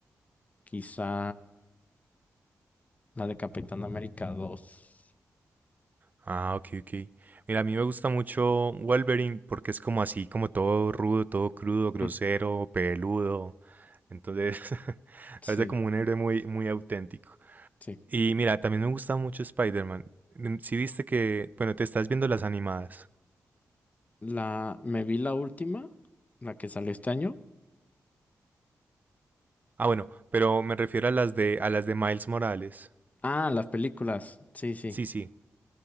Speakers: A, on the left; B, on the right.
A: Quizá la de Capitán América dos
B: Ah, ok, ok. Mira, a mí me gusta mucho Wolverine porque es como así, como todo rudo, todo crudo, grosero,
A: Mm,
B: peludo. Entonces, <laughs>
A: Sí,
B: parece como un héroe muy, muy auténtico.
A: sí.
B: Y mira, también me gusta mucho Spider-Man. Si viste que, bueno, te estás viendo las animadas.
A: La, me vi la última, la que salió este año.
B: Ah, bueno, pero me refiero a las de a las de Miles Morales.
A: Ah, las películas. Sí, sí.
B: Sí, sí.